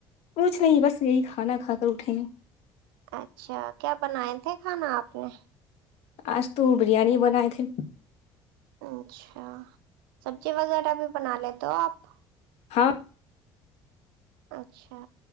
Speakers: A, on the left; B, on the right.
A: کچھ نہیں بس یہی کھانا کھا کر اٹھے
B: اچھا کیا بنائے تھے کھانا آپ نے
A: آج تو بریانی بنائے تھے
B: اچھا سبزی وغیرہ بھی بنا لیتے دپ <unintelligible>
A: ہاں
B: اچھا